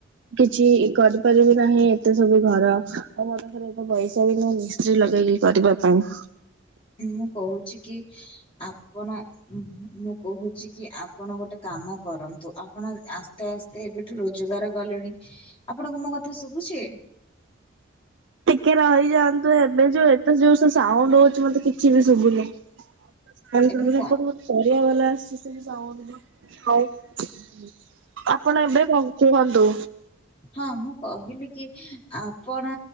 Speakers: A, on the right; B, on the left.
A: କିଛି କରିପାରିବି ନାହିଁ ଏତେ ସବୁ ଘର ଆଉ ମୋ ପାଖରେ ଏତେ ପଇସା ବି ନାହିଁ। ମିସ୍ତ୍ରୀ ଲଗେଇକି କରିବା ପାଇଁ।
B: ମୁଁ କହୁଛି କି ଆପଣ ଉହୁଁ ମୁଁ କହୁଛି କି ଆପଣ ଗୋଟେ କାମ କରନ୍ତୁ ଆପଣ ଆସ୍ତେ ଆସ୍ତେ ଏବେଠୁ ରୋଜଗାର କଲେଣି ଆପଣଙ୍କୁ ମୋ କଥା ଶୁଭୁଛି।
A: ଟିକେ ରହିଯାଆନ୍ତୁ ଏବେ ଯୋଉ ଏଟେ ଜୋରସେ ସାଉଣ୍ଡ ହଉଚି ମତେ କିଛି ବି ଶୁଭୁନି। <unintelligible>
B: ଏବେ କଣ
A: ପରିବା ବାଲା ଆସିଛି ସେ ଯାଉନି <unintelligible> ଆପଣ ଏବେ କଣ କୁହନ୍ତୁ?
B: ହଁ ମୁଁ କହିଲି କି ଆପଣ